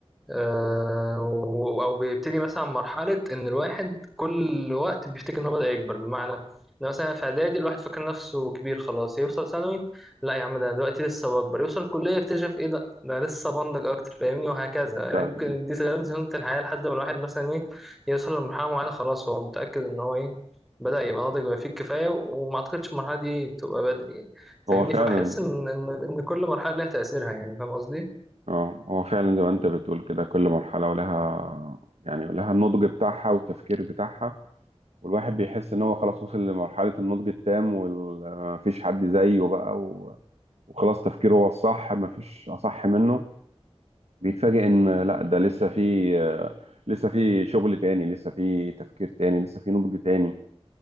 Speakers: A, in the centre; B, on the right (about 80°).
A: آه، و- او بيبتدي مثلا مرحله ان الواحد كل وقت بيفتكر ان هو بدا يكبر بمعنى ان مثلا في اعدادي الواحد فاكر نفسه كبير خلاص يوصل ثانوي لا يا عم ده أنا دلوقتي لسه بكبر يوصل كليه يكتشف ايه ده ده أنا لسه بنضج اكتر فاهمني وهكذا يعني
B: فعلا
A: يمكن دي غالبا سنه الحياه لحد ما الواحد مثلا ايه يوصل لمرحله معينه خلاص هو متاكد ان هو ايه بدا يبقى ناضج بما فيه الكفايه و- وما اعتقدش المرحله دي تبقى بدري يعني. فاهمني
B: هو فعلا
A: فبحس ان ان إن كل مرحله لها تاثيرها يعني فاهم قصدي؟
B: أه هو فعلا زي ما أنت بتقول كده كل مرحلة ولها يعني ولها النضج بتاعها والتفكير بتاعها والواحد بيحس إن هو خلاص وصل لمرحلة النضج التام ومفيش حد زيه بقى و... وخلاص تفكيره هو الصح مفيش أصح منه بيتفاجئ ان لا ده لسه في لسه في شغل تاني لسه في تفكير تاني لسه في نضج تاني